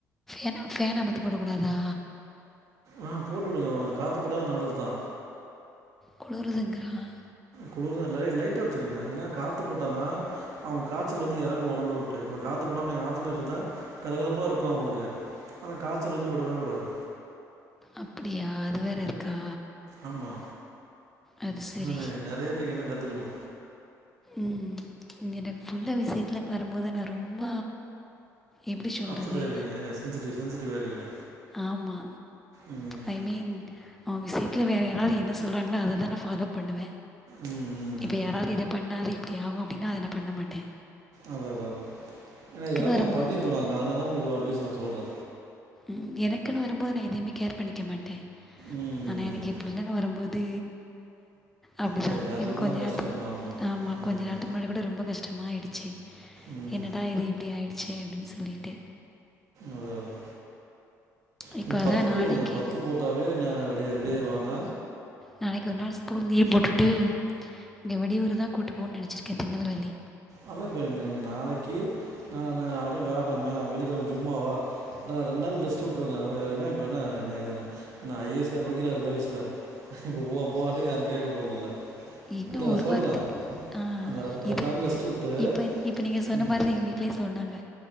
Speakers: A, in the centre; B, on the right.
A: ஏனா ஃபேன அமத்தி போட கூடாதா
B: ஆ போட்டு உடுங்க அவன காத்து பட்டாலே நல்லது தா
A: குளுருதுங்குறான்
B: குளுர்தா லைட்டா வெச்சுக்கங்க ஏனா காத்து பட்டாத அவுங்க காச்சல் வந்து எறங்கு ஒடம்ப விட்டு இப்ப காத்து படாம நீங்க ஆஃப் பண்ணி வெச்சிந்தா கதகதப்பா இருக்கு அவுங்களுக்கு ஆனா காச்சல் வந்து விடவே விடாது
A: அப்டியா அது வேற இருக்கா
B: ஆமா
A: அது சரி
B: இன்னு நெ நெறயா நீங்க இன்னு கத்துக்கணு
A: ம் எனக்கு புள்ள விசியத்துல வரும்போது நா ரொம்ப எப்படி சொல்கிறது
B: அப்செட் ஆயிருவீங்க சென்சிட்டிவ் சென்சிட்டிவ் ஆயிருவீங்க
A: ஆமா
B: ம்
A: ஐ மீன் அவ விசியத்தில வேற யாராவது என்ன சொல்றாங்ளோ அததா நா ஃபாலோ பண்ணுவ
B: ம் ம்
A: இப்ப
B: ம்
A: யாராவது இத பண்ணாத இப்டி ஆகு அப்டினா அத நா பண்ண மாட்ட
B: அதா அதா அதா ஏனா இதெல்லா நாங்க
A: வரும்போது
B: பண்ணிருக்கோ நாங்க அதனாலதா உங்களுக்கு அட்வைஸ் நா சொல்ற
A: ம் எனக்குனு வரும்போது நா எதயுமே கேர் பண்ணிக்க மாட்ட
B: ம் ம்
A: ஆனா எனக்கு
B: ம்
A: என் புள்ளனு வரும்போது அப்டிதா
B: அது எல்லாருக்குமே
A: இப்ப கொஞ்ச
B: அந்த கஷ்டோ
A: நேரத்துக்கு
B: இருக்கு
A: ஆமா கொஞ்ச
B: ம்
A: நேரத்துக்கு முன்னாடி கூட ரொம்ப கஷ்டமாயிடுச்சு
B: ம்
A: என்னடா இது இப்டி ஆயிடுச்சே அப்டின்னு சொல்லிட்டு
B: அதா அதா
A: இப்போ
B: நீங்க
A: அதான்
B: பத்து போடுங்க
A: நாளைக்கு
B: பத்து போட்டாவே நா ரெடி ரெடி ஆயிருவாங்க
A: நாளைக்கொரு நாள் ஸ்கூல் லீவ் போட்டுட்டு இங்க வெளியூருதா கூட்டு போனுன்னு நெனச்சிருக்கேன் திருநெல்வேலி
B: அதா இப்ப என்ன நாளைக்கு நா நாளைக்கென்ன வியாழக்கிழமயா வெள்ளிக்கிழம ஜும்மாவா ரெண்டு நாள் ரெஸ்ட் வுட்டுருங்க அ என்ன இப்ப என்ன என்ன ஐ ஏ எஸ்கா படிக்கிறாரு இந்த வயசுல இப்ப போவ போவாண்டு யாரு கேட்க போறதில்ல
A: இன்னு
B: இல்லை நான்
A: ஒரு
B: சொல்கிறேன்
A: வாரத்துக்கு ஆ
B: அந்த ரெ- ரெண்டு
A: இது
B: நாள் ரெஸ்ட் விட்டு
A: இப்போ இப்போ நீங்க சொன்ன
B: ம்
A: மாரில்லா எங்க வீ ட்லயு சொன்னாங்க